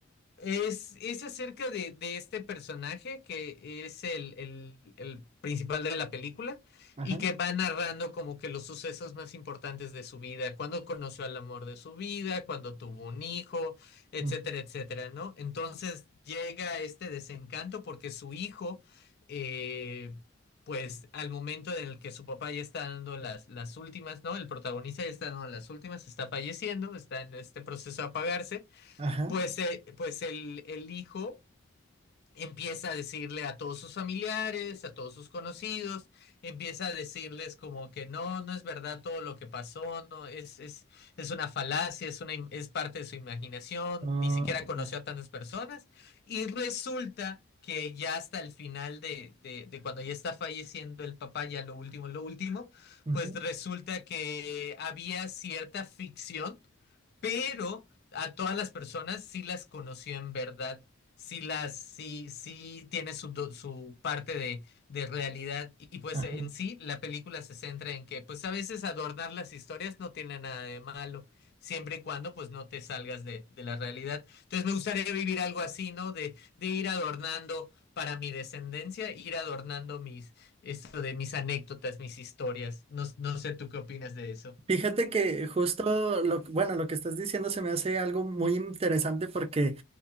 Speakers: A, on the left; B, on the right.
A: Es, es acerca de, de este personaje que es el, el- el principal de la película
B: Ajá,
A: y que va narrando como que los sucesos más importantes de su vida, cuando conoció al amor de su vida, cuando tuvo un hijo, etcétera,
B: ujú,
A: etcétera, ¿no? Entonces llega este desencanto porque su hijo, eh, pues al momento en el que su papá ya está dando las, las últimas, ¿no? El protagonista ya está dando las últimas, está falleciendo, está en este proceso de apagarse.
B: ajá,
A: Pues, eh, pues el, el hijo empieza a decirle a todos sus familiares, a todos sus conocidos, empieza a decirles como que no, no es verdad todo lo que pasó, no, es, es, es una falacia, es una, im- es parte de su imaginación,
B: oh,
A: ni siquiera conoció
B: ya,
A: a tantas personas, y resulta que ya hasta el final de, de, de cuando ya está falleciendo el papá, ya lo último, lo último,
B: ujú,
A: pues resulta que había cierta ficción pero a todas las personas sí las conoció en verdad, sí las, sí, sí tiene su, do- su parte de, de realidad y, y, pues
B: ajá.
A: en sí la película se centra en que pues a veces adornar las historias no tiene nada de malo, siempre y cuando pues no te salgas de, de la realidad. Entonces me gustaría vivir algo así, ¿no? De, de ir adornando para mi descendencia, ir adornando mis, esto de mis anécdotas, mis historias. No, no sé tú qué opinas de eso.
B: Fíjate que justo lo, bueno, lo que estás diciendo se me hace algo muy interesante porque